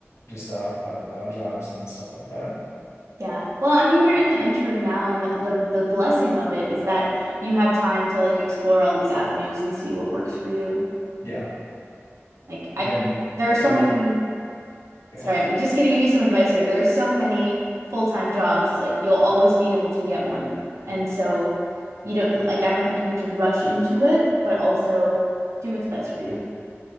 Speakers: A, on the left; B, on the right.
A: just the, uh, the odd jobs and stuff like that.
B: yeah. Well, I mean, you're in the interim now and the, the the blessing of it is that you have time to like explore all these avenues and see what works for you.
A: Yeah,
B: Like I
A: and then
B: there are so
A: maybe
B: Yeah. many
A: up. Go
B: Sorry,
A: ahead.
B: just gonna give you some advice here. There are so many full-time jobs, like you'll always be able to get one. And so you don't like I don't think you need to rush into it, but also do what's best for you.